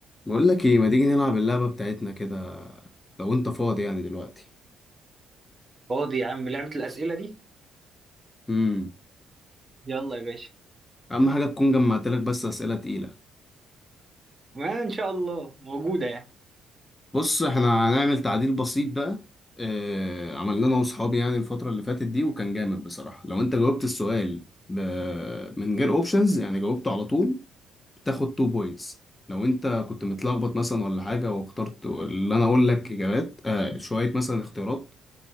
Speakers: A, on the left; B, on the right.
A: بقول لك ايه ما تيجي نلعب اللعبة بتاعتنا كده لو انت فاضي يعني دلوقتي
B: فاضي يا عم لعبة الأسئلة دي
A: امم
B: يلا يا باشا
A: اهم حاجة تكون جمعت لك بس أسئلة تقيلة
B: ما إن شاء الله موجودة يعني
A: بص احنا هنعمل تعديل بسيط بقى اه عملنا انا واصحابي يعني الفترة اللي فاتت دي وكان جامد بصراحة لو انت جاوبت السؤال ب... من غير اوبشنز يعني جاوبته على طول بتاخد 2 بوينتس لو انت كنت متلخبط مثلا ولا حاجة واخترت اللي انا اقول لك اجابات آه شوية مثلا اختيارات